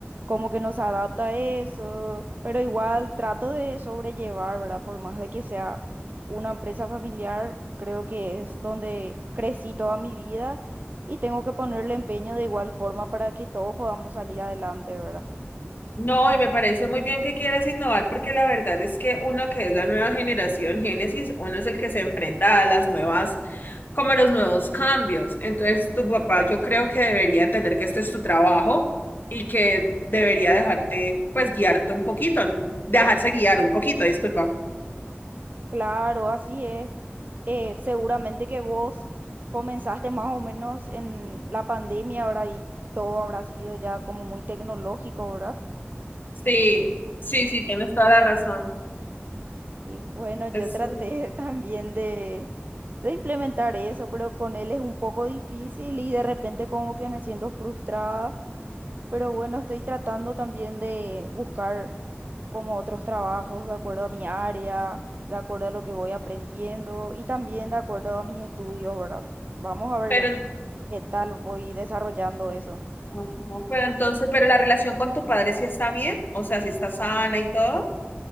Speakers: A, on the right (about 45°); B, on the left (about 50°).
A: como que nos adapta a eso, pero igual trato de sobrellevar, ¿verdad? Por más de que sea una empresa familiar, creo que es donde crecí toda mi vida y tengo que ponerle empeño de igual forma para que todos podamos salir adelante, ¿verdad?
B: No, y me parece muy bien que quieras innovar porque la verdad es que uno que es la nueva generación Génesis, uno es el que se enfrenta a las nuevas, como a los nuevos cambios. Entonces, tu papá yo creo que debería entender que este es tu trabajo y que debería dejarte, pues, guiarte un poquito, dejarse guiar un poquito, disculpa.
A: Claro, así es. Eh, seguramente que vos comenzaste más o menos en la pandemia, ¿verdad? Y todo habrá sido ya como muy tecnológico, ¿verdad?
B: Sí, sí, sí, tienes toda la razón.
A: Y bueno, yo
B: Es,
A: traté <laughs> también de, de implementar eso, pero con él es un poco difícil y de repente como que me siento frustrada Pero bueno, estoy tratando también de buscar como otros trabajos de acuerdo a mi área, de acuerdo a lo que voy aprendiendo y también de acuerdo a mis estudios, ¿verdad? Vamos a ver
B: pero, en-
A: qué tal voy desarrollando eso.
B: no, no, pero entonces, pero la relación con tus padres sí está bien, o sea, si está sana y todo.